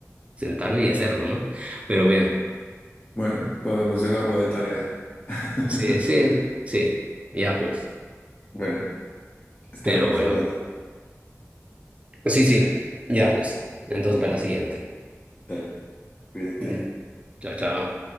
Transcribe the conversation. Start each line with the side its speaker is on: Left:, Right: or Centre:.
Right: sentarme y hacerlo, ¿no? Pero bien,
Left: Bueno, podemos dejarlo de tarea. <laughs>
Right: Sí, sí, sí, ya pues.
Left: Bueno, estaremos
Right: Pero bueno,
Left: hablando.
Right: pues sí, sí, ya pues. Entonces,
Left: Bueno,
Right: para la siguiente.
Left: dale. Cuídate.
Right: Mm, Chao, chao.